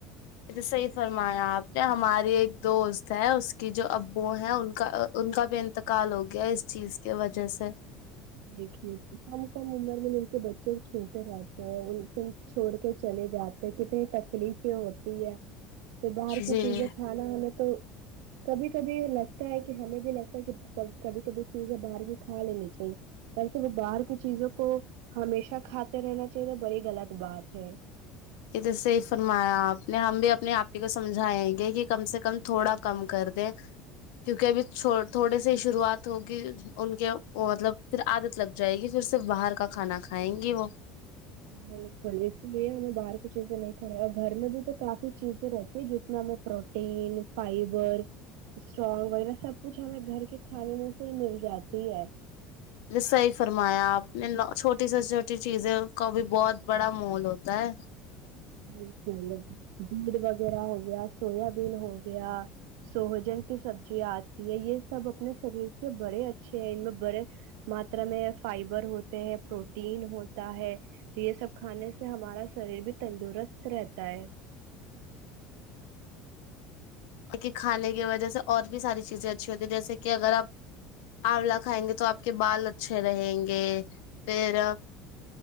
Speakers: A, on the left; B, on the right.
A: یہ تو صحیح فرمایا آپ نے ہماری ایک دوست ہے اس کی جو ابو ہیں ان کا ان کا بھی انتقال ہو گیا اس چیز کی وجہ سے
B: دیکھیے کم کم عمر میں ان کے بچے چھوٹے رہتے ہیں ان پ چھوڑ کے چلے جاتے ہیں کتنی تکلیف ہوتی ہے کہ باہر
A: جی
B: کی چیزیں کھانا ہمیں تو کبھی کبھی لگتا ہے کہ ہمیں بھی لگتا کبھی کبھی چیزیں باہر کی کا لینی چاہیے ویسے وہ باہر کی چیزوں کو ہمیشہ کھاتے رہنا چاہیے بڑی غلط بات ہے
A: ا توھر صحی فرمایا آپ نے ہم بھی اپنے آپ ہی کو سمجھائیں گے کہ کم سے کم تھوڑا کم کر دیں کیونکہ ابھی تھوڑے سے ہی شروعات ہوگی ان کے مطلب پھر عادت لگ جائے گی پھر صرف باہر کا کھانا کھائیں گی وہ
B: بالکل اس لیے ہمیں باہر کی چیزیں نہیں کھ رہے ہیں اور گھر میں بھی تو کافی چیزیں رہتی ہے جس میں ہمیں پروٹیین فائبر اسٹرگ وغیرہ سب کچھ ہمیں گھر کے کھانے میں سے مل جاتی ہے
A: ج صی فرمایا آپ نے چھوٹی سے چھوٹی چیزیں کا بھی بہت بڑا محول ہوتا ہے
B: بالکل دودھ وغیرہ ہو گیا سویا بین ہو گیا سوہجن کی سبزیاں آتی ہے یہ سب اپنے شریر کے بڑے اچھے ہیں ان میں بڑے ماترا میں فائبر ہوتے ہیں پروٹین ہوتا ہے یہ سب کھانے سے ہمارا شریر بھی تندرست رہتا ہے
A: کہ کھانے کی وجہ سے اور بھی ساری چیزیں اچھی ہوتی جیسے کہ اگر آپ آولا کھائیں گے تو آپ کے بال اچھے رہیں گے پھر